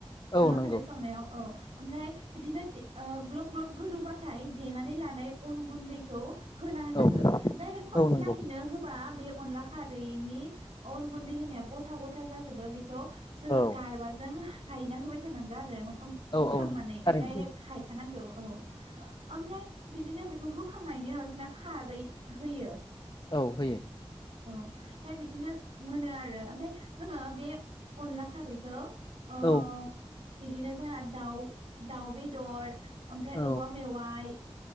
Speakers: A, on the left; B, on the right.
A: औ
B: अनला
A: नंगौ
B: खारै संनायाव औ ओमफ्राय बिदिनो दे ग्लब ग्लब गोदौबा थाय देनानै लानाय अन गुन्दैखौ होना होनांगो
A: औ
B: डाइरेक्ट खनसे
A: औ नंगौ
B: लागिनो होबा बे अनला खारैनि अन गुन्दै होनाया गथा गथा जाजोबो बेखौ जोङो
A: औ
B: गारबाजों हायना होबाय थानांगो आरो ओम
A: औ
B: होखांनानै
A: औ नंगौ थारैनो
B: डाइरेक्ट हायखानांगौ औ। ओमफ्राय बिदिनो बेखौ होखांनायनि उनाव जोंना खारै होयो।
A: औ होयो।
B: औ ओमफ्राय बिदिनो मोनो आरो ओमफ्राय जोङो बे अनला खारैखौ ओ
A: औ।
B: बिदिनो जोंना दाउ दाउ बेदर ओमफ्राय
A: औ
B: औवा मेवाइ